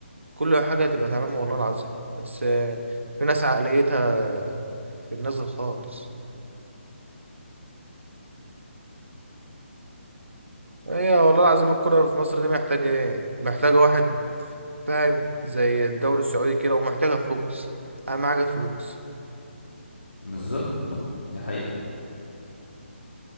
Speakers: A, on the right; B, on the left.
A: كل حاجة هتبقى تمام والله العظيم بس آه، في ناس عقليتها في النازل خالص هي والله العظيم الكرة في مصر دي محتاجة ايه محتاجة واحد فاهم زي الدوري السعودي كده ومحتاجة فلوس أهم حاجة فلوس
B: بالظبط دي حقيقة